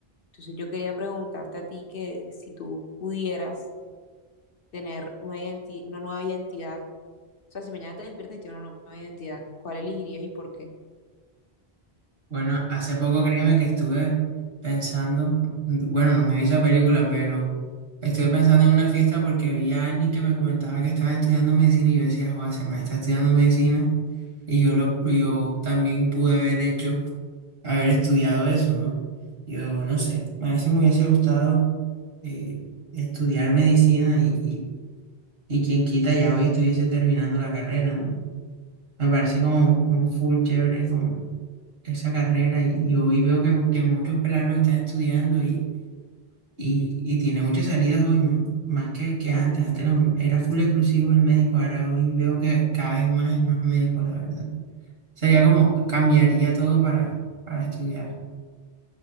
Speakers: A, on the left (about 60°); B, on the right (about 65°).
A: Entonces yo quería preguntarte a ti que si tú pudieras tener una identi- una nueva identidad, o sea, si mañana te despiertas y tienes una nueva identidad, ¿cuál elegirías y por qué?
B: Bueno, hace poco créeme que estuve pensando, bueno, no me vi esa película, pero estuve pensando en una fiesta porque vi a alguien que me comentaba que estaba estudiando medicina y yo decía, joder, ese man está estudiando medicina y yo, lo, yo también pude haber hecho, haber estudiado eso, ¿no? Yo no sé, a veces me hubiese gustado eh, estudiar medicina y, y, y quien quita ya hoy estuviese terminando la carrera, ¿no? Me parece como, como full chévere como esa carrera y, y hoy veo que, que muchos pelados lo están estudiando y, y, y tiene muchas salidas hoy, ¿no? Más que, que antes, antes lo- era full exclusivo el médico, ahora hoy veo que cada vez más y más médicos, la verdad. Sería como cambiaría todo para, para estudiar.